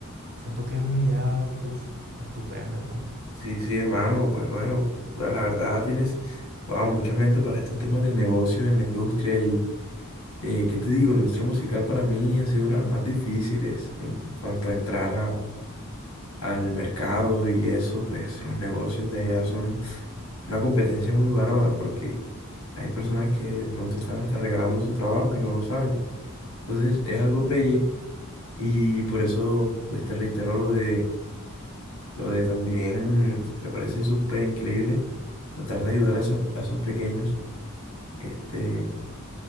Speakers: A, on the right; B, on the left.
A: Siento que es una idea, uf, estupenda, hermano.
B: Sí, sí, hermano, pues bueno, bueno, la verdad tienes, wow, mucha mente para estos temas del negocio en la industria y, eh, ¿qué te digo? La industria musical para mí ha sido una de las más difíciles en cuanto a entrar a- al mercado y eso, pues los negocios de allá son una competencia muy bárbara porque hay personas que de pronto están hasta regalando su trabajo y no lo saben. Entonces es algo pelle y por eso, pues te reitero lo de Lo de también, me parece súper increíble tratar de ayudar a, esas- a esos pequeños este,